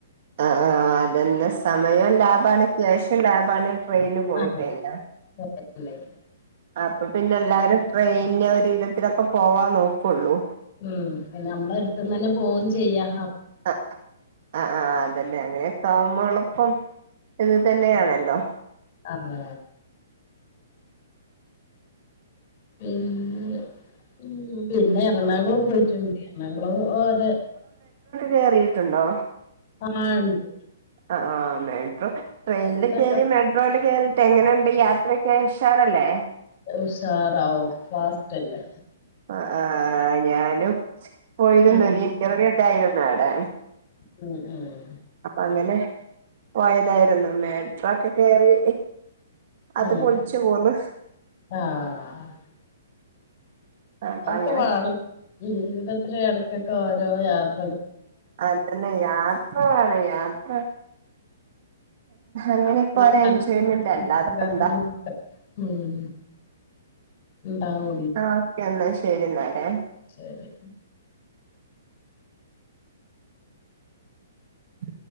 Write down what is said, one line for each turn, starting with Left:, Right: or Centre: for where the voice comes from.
Right: ആഹ് ആഹ് അതന്നെ സമയം ലാഭാണ് ക്യാഷും ലാഭാണ് ട്രെയിനിന് പോയി
Left: ആഹ്
Right: കഴിഞ്ഞാൽ
Left: <inaudible>
Right: അപ്പൊ പിന്നെ എല്ലാവരും ട്രെയിനിൽ ഒരു വിധത്തിലൊക്കെ പോവാൻ നോക്കുള്ളൂ
Left: ഉം പിന്നെ അമ്മളെ അടുത്തന്ന് തന്നെ പോകും ചെയ്യാം
Right: ആഹ് ആഹ് ആഹ് അതല്ലേ അങ്ങനെയൊക്കെ ആകുമ്പോ എളുപ്പം ഇത് തന്നെയാണല്ലോ
Left: അതാ പിന്നെ ഉം പിന്നെ എറണാകുളം പോയിട്ടുണ്ട് എറണാകുളവും ഓര്
Right: കയറിയിട്ടുണ്ടോ
Left: ആ ഉണ്ട്
Right: ആ ആ മെട്രോ ട്രെയിനിൽ
Left: ഇതൊക്കെ
Right: കയറി മെട്രോ മെട്രോയില് കേയറിട്ട് എങ്ങനെയുണ്ട് യാത്രക്കെ ഉഷാറല്ലേ
Left: ഉഷാറാവും ഫാസ്റ്റല്ലേ
Right: പ്പ ആ ഞാനും പോയിരുന്നു
Left: ഉം
Right: ഇന്റർവ്യൂ ഉണ്ടായിരുന്നു അവിടെ
Left: ഉം ഉം
Right: അപ്പൊ അങ്ങനെ പോയതായിരുന്നു മെട്രോക്കെ കേയറി അത്
Left: ഉം
Right: പൊളിച്ചു പോന്ന്
Left: ആഹ്
Right: അപ്പൊ
Left: അതൊക്കെവാണ്
Right: അങ്ങനെ
Left: ജീവിതത്തിലെ ഇടക്കൊക്കെ ഓരോ യാത്ര
Right: അതന്നെ യാത്ര വേണം യാത്ര അങ്ങനെക്കെ
Left: അപ്പളെ
Right: ഓരോ
Left: മനസ്സിനൊരു
Right: എൻജോയ്മെന്റ്
Left: സുഖും
Right: അല്ല അതപ്പോ
Left: കാര്യങ്ങളൊക്കെ
Right: എന്താ
Left: ഉം ഇണ്ടാവോ
Right: ആ ഓക്കെ എന്നാൽ ശരി എന്നാലേ
Left: ശരി
Right: ഉ